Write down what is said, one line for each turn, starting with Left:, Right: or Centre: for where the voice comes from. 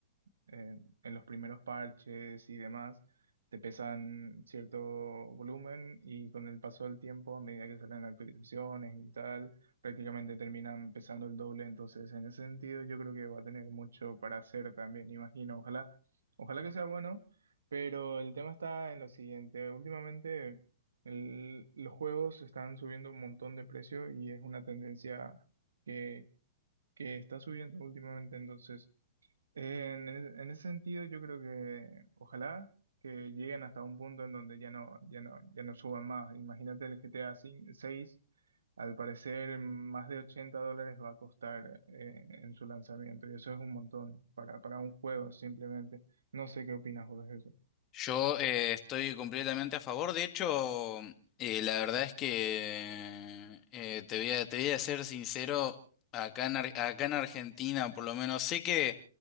Right: en, en los primeros parches y demás, te pesan cierto volumen y con el paso del tiempo, a medida que salen actualizaciones y tal, prácticamente terminan pesando el doble. Entonces, en ese sentido, yo creo que va a tener mucho para hacer también, imagino. Ojalá, ojalá que sea bueno, pero el tema está en lo siguiente. Últimamente... el- los juegos están subiendo un montón de precio y es una tendencia que, que está subiendo últimamente. Entonces, en, e- en ese sentido, yo creo que ojalá que lleguen hasta un punto en donde ya no, ya no, ya no suban más. Imagínate el GTA 6, al parecer más de 80 dólares va a costar eh, en su lanzamiento y eso es un montón para, para un juego simplemente. No sé qué opinas vos de eso.
Left: Yo eh, estoy completamente a favor. De hecho, eh, la verdad es que eh, te voy a, te voy a ser sincero, acá en, Ar- acá en Argentina, por lo menos, sé que